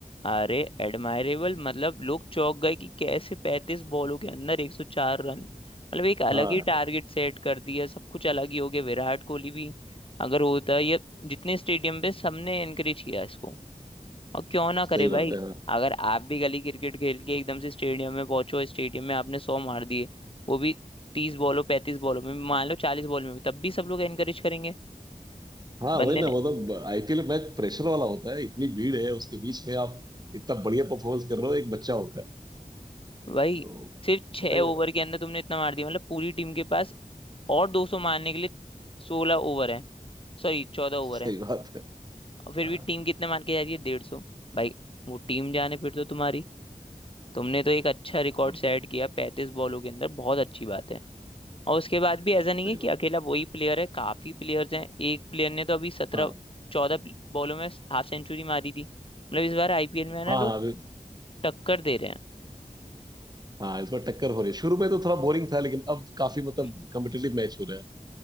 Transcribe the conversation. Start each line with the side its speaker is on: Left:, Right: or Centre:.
Left: अरे एडमायरेबल मतलब लोग चौंक गए कि कैसे पैंतीस बॉलों के अंदर एक सौ चार रन मतलब एक अलग
Right: हाँ
Left: ही टारगेट सेट कर दिया सब कुछ अलग ही हो गया विराट कोहली भी अगर होता ये जितने स्टेडियम पे सबने एनकरेज किया इसको, और क्यों ना
Right: सही
Left: करे भाई
Right: बात है हाँ
Left: अगर आप भी गली क्रिकेट खेल के एकदम से स्टेडियम में पहुंचो स्टेडियम में आपने सौ मार दिए वो भी तीस बॉलों पैंतीस बॉलों में मान लो चालीस बॉल में भी तब भी सब लोग एनकरेज करेंगे
Right: हाँ
Left: बंदे
Right: वही ना
Left: ने
Right: मतलब आईपीएल मैच प्रेशर वाला होता है इतनी भीड़ है उसके बीच में आप इतना बढ़िया परफॉर्मेंस कर रहे हो एक बच्चा होकर
Left: भाई
Right: तो
Left: सिर्फ छह
Right: बताइए
Left: ओवर
Right: भाई
Left: के अंदर तुमने इतना मार दिया मतलब पूरी टीम के पास और दो सौ मारने के लिए सोलह ओवर है सॉरी चौदह ओवर
Right: सही
Left: है
Right: बात है
Left: और फिर
Right: हाँ
Left: भी टीम कितने मार के जा रही है डेढ़ सौ भाई वो टीम जाने फिर तो तुम्हारी तुमने तो एक अच्छा रिकॉर्ड
Right: और
Left: सेट
Right: क्या
Left: किया पैंतीस बॉलों के अंदर बहुत अच्छी बात है और उसके बाद भी ऐसा नहीं
Right: सही
Left: है कि
Right: बात
Left: अकेला
Right: है
Left: वही प्लेयर है काफी प्लेयर्स हैं एक प्लेयर ने तो अभी सत्रह
Right: हाँ
Left: चौदह बॉलों में हाफ सेंचुरी मारी थी मतलब इस बार आईपीएल में है ना
Right: हाँ
Left: लोग
Right: हाँ अभी
Left: टक्कर दे रहे
Right: हाँ इस बार टक्कर हो रही है शुरू में तो थोड़ा बोरिंग था लेकिन अब काफी मतलब
Left: हैं
Right: कम्पिटेटिव मैच हो रहा है